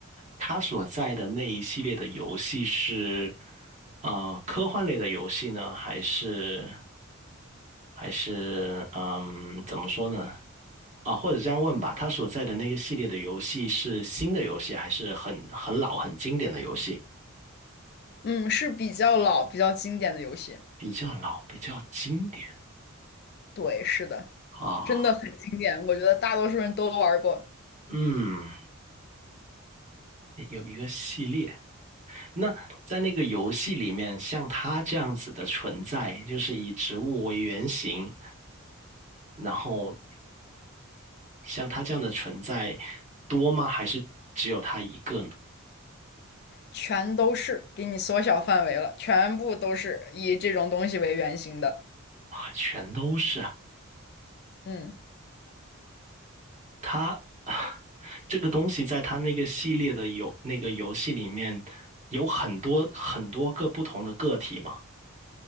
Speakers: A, on the right; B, on the left.
A: 它所在的那一系列的游戏是，呃，科幻类的游戏呢，还是还是嗯，怎么说呢？啊，或者这样问吧，他所在的那个系列的游戏是新的游戏，还是很很老、很经典的游戏？
B: 嗯，是比较老、比较经典的游戏。
A: 比较老，比较经典
B: 对，是的，
A: 啊。
B: 真的很经典，我觉得大多数人都玩过。
A: 嗯，有一个系列。那在那个游戏里面，像他这样子的存在，就是以植物为原型，然后像他这样的存在多吗？还是只有他一个呢？
B: 全都是，给你缩小范围了，全部都是以这种东西为原型的。
A: 啊，全都是啊
B: 嗯，
A: 它 <sighs> 这个东西在它那个系列的游那个游戏里面有很多很多个不同的个体嘛。